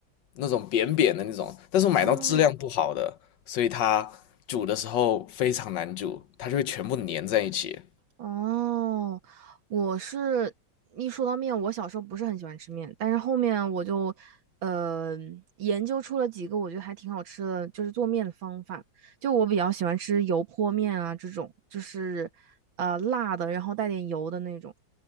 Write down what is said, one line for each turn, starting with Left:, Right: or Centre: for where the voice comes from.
Left: 那种扁扁的那种，但是我买到质量不好的，
Right: 哦
Left: 所以它煮的时候非常难煮，它就会全部粘在一起。
Right: 哦，我是一说到面，我小时候不是很喜欢吃面，但是后面我就呃研究出了几个我觉得还挺好吃的，就是做面的方法。就我比较喜欢吃油泼面啊，这种就是呃辣的，然后带点油的那种。